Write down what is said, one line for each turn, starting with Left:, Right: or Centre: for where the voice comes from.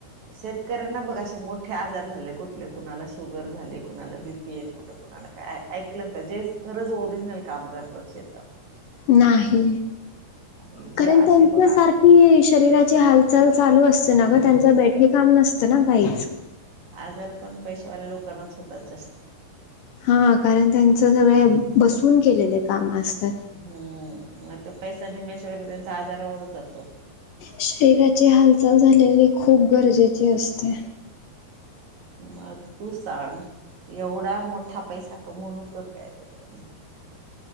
Right: शेतकऱ्यांना बघामोठे आजार झाले कुठले कुणाला शुगर झाले कुणाला बीपी कुठे कुणाला ऐकलंस का जे खरज ओरिजिनल काम करतात श
Left: नाही
Right: आणि जे
Left: कारण
Right: असे
Left: त्यांच्या
Right: बघा
Left: सारखी शरीराची हालचाल चालू असते ना
Right: हो
Left: ग त्यां बैठे काम नसतं ना काईच
Right: आजार पण पैशावाल्या लोकांनाच होतात जास्त
Left: हा कारण त्यांच सगळे बसून केलेले काम असतात,
Right: हॊ म पैसा निमेशे व त्यांचा आजारावरत जातो.
Left: शरीराची हालचाल झालेली खूप गरजेचे असते.
Right: मग तू सांग एवढा मोठा पैसा कमवून उपयोग काय त्याचा